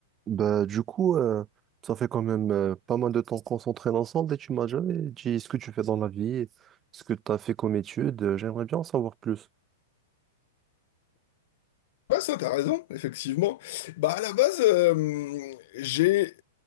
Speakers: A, on the right (about 25°); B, on the left (about 60°).
A: Bah, du coup, euh, ça fait quand même euh, pas mal de temps qu'on s'entraîne ensemble et tu m'as jamais dit ce que tu fais dans la vie, ce que tu as fait comme études. Euh, J'aimerais bien en savoir plus.
B: Ouais, ça, t'as raison, effectivement. Bah, à la base, euh, j'ai